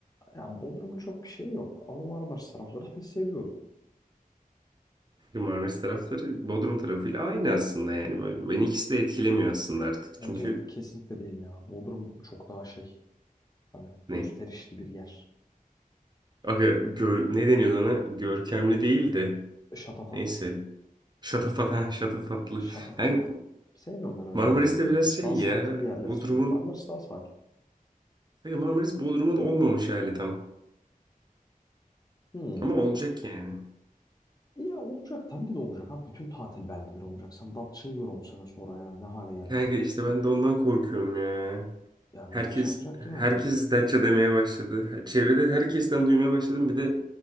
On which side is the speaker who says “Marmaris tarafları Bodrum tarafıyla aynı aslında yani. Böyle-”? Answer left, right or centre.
Right